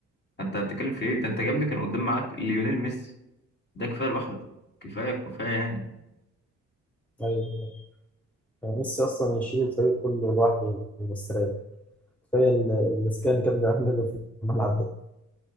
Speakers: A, on the left; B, in the centre.
A: انت بتتكلم في ايه ده انت جابني كان قدام معاك ليونيل ميسي ده كفايه لوحده كفايه كفايه يعني
B: أيوة. يعني ميسي أصلا يشيل الفريق كله لوحده مستريح تخيل الإسكان اللي كان بيعمله في الملعب ده